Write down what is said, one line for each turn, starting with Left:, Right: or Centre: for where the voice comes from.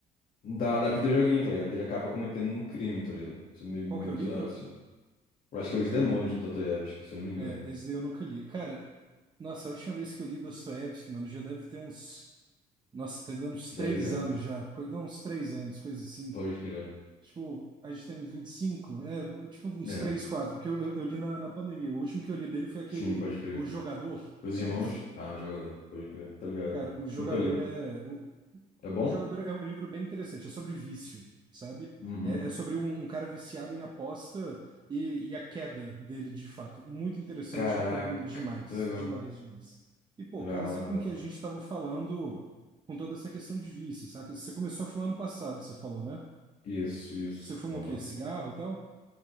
Left: da, da vida joguinho, tá ligado? Ele acaba cometendo um crime, tá ligado? Isso é meio,
Right: Qual
Left: meio
Right: que é
Left: bizarro,
Right: o livro?
Left: assim. Eu acho que é Os Demônios do doutor Yavis, que se eu não me engano.
Right: É, esse daí eu nunca li. Cara, nossa, a última vez que eu li Dostoiévski, mano, já deve ter uns... Nossa, deve ter uns três
Left: 10 anos.
Right: anos já. coi- Não, uns três anos, coisa assim.
Left: Pode crer.
Right: Tipo, a gente tem 25 é, tipo uns
Left: É,
Right: 3 4 porque eu, eu eu li na, na pandemia. O último que eu li dele foi aquele
Left: sim, pode crer.
Right: O Jogador,
Left: Os
Right: conhece?
Left: Irmãos? Ah, o jogador, pode crer, tá ligado?
Right: Cara, O Jogador
Left: Nunca li.
Right: é. O,
Left: É bom?
Right: o Jogador é um livro bem interessante, é sobre vício, sabe?
Left: Uhum.
Right: É, é sobre um, um cara viciado em aposta e, e a queda dele, de fato. Muito interessante,
Left: Caraca,
Right: recomendo demais,
Left: que legal.
Right: demais, demais. E, pô,
Left: Legal,
Right: casa
Left: legal.
Right: com o que a gente estava falando com toda essa questão de vício, saca? Você começou a fumar ano passado, você falou, né?
Left: Isso, isso.
Right: Você fuma
Left: Aham.
Right: o quê? Cigarro e tal?